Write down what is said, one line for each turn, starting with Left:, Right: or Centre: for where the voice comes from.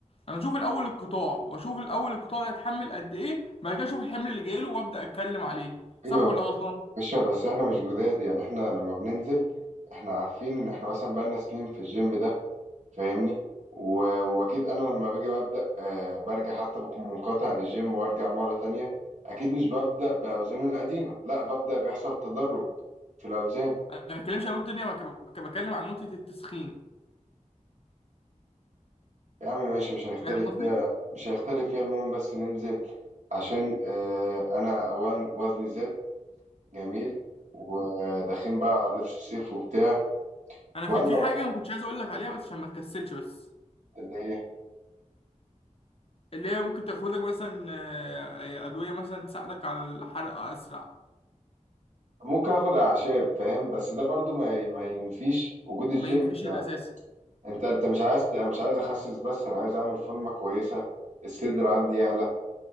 Left: انا اشوف الاول القطاع واشوف الاول القطاع ده يتحمل قد ايه بعد كده اشوف الحمل اللي جاي له وابدا اتكلم عليه صح
Right: ايوه
Left: ولا غلطان
Right: ماشي بس احنا مش جداد يعني احنا لما بننزل احنا عارفين ان احنا مثلا بقالنا سنين في الجيم ده فاهمني و... واكيد انا لما باجي ببدا آه برجع حتى بكون منقطع عن الجيم وارجع مره تانية اكيد مش ببدا باوزاني القديمه لا ببدا بيحصل تدرج في الاوزان
Left: انا ما بتكلمش عن نقطه الدنيا أنا بك- بتكلم عن نقطه التسخين
Right: يا عم ماشي مش هنختلف
Left: فاهم قصدي
Right: فيها مش هنختلف فيها المهم بس ننزل عشان آه انا اوان وزني زاد جميل وداخلين بقى على لبس الصيف وبتاع
Left: انا
Right: وانا
Left: في في
Right: واحد
Left: حاجه ما كنتش عايز اقول لك عليها بس عشان ما تكسلش بس
Right: اللي ايه
Left: اللي هي ممكن تاخد لك مثلا آه، آه، ادويه مثلا تساعدك على الحرق اسرع
Right: ممكن اخد اعشاب فاهم بس ده برضو ما, ي- ما ينفيش وجود الجيم
Left: ما ينفيش
Right: ده
Left: الاساسي
Right: انت انت مش عايز ت- انا مش عايز اخسس بس انا عايز اعمل فورمه كويسه الصدر عندي يعلى